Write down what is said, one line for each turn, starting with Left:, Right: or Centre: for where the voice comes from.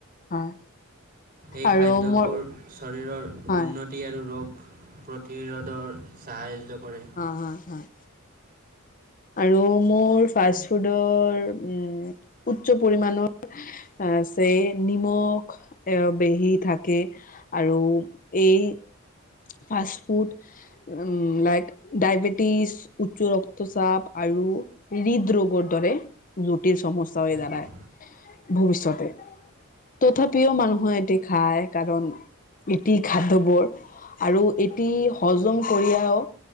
Left: হয়।
Right: এই খাদ্যবোৰ,
Left: আৰু মোৰ
Right: শৰীৰৰ
Left: হয়
Right: উন্নতি আৰু ৰোগ প্ৰতিৰোধৰ সাহায্য কৰে।
Left: হয় হয় হয় আৰু মোৰ ফাষ্ট-ফুডৰ উম, উচ্চ পৰিমণৰ আহ চে নিমখ এ বেহি থাকে। আৰু এই। ফাষ্টফুড <unintelligible> ডায়েবেটিছ, উচ্চ ৰক্তচাপ আৰু হৃদৰোগৰ দৰে জটিল সমস্যা হৈ
Right: উম,
Left: জানাই
Right: হুম।
Left: ভৱিষ্যতে। তথাপিও মানুহে এটি খায়, কাৰণ এটি খাদ্যবোৰ আৰু এটি হজম কৰিয়াও